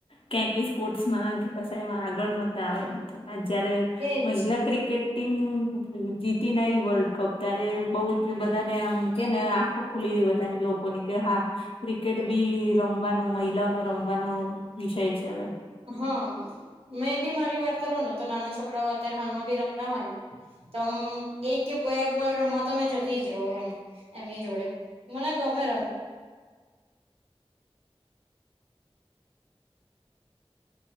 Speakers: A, on the left; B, on the right.
A: ક્યાં કઈ સ્પોર્ટ્સમાં કે કમાં આગળ નતાવા જયારે
B: એજ
A: મહિલા ક્રિકેટ ટીમ જીતી ન આઈ વર્લ્ડ કપ ત્યારે બઉ જ બધાને આમ કેને આખો ખુલી બધાની લોકોની કે હા ક્રિકેટ બી રમવાનો મહિલાઓનો રમવાનો વિષય છે હવે
B: હા મેં બી મારી વાત કરું ને તો નાના છોકરાઓ અત્યારે હાલમાં ભી રમતા હોય ને તો મુ એક કે બે બોલ રમવા તો મેં જતી જ રહું એમ. એમની જોડે મને ગમે રમ